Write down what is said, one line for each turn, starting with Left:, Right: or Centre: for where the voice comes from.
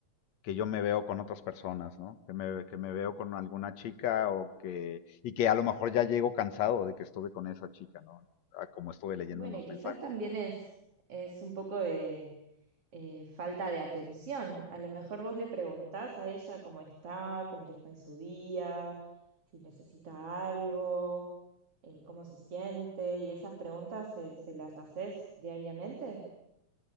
Left: que yo me veo con otras personas, ¿no? Que me, que me veo con alguna chica o que, y que a lo mejor ya llego cansado de que estuve con esa chica, ¿no? Ah, Como estuve leyendo
Right: Bueno,
Left: en los
Right: y quizás
Left: mensajes.
Right: también es, es un poco de eh, falta de atención. A lo mejor vos le preguntás a ella cómo está, cómo le fue en su día, si necesita algo, eh, cómo se siente, y esas preguntas se, se las haces diariamente.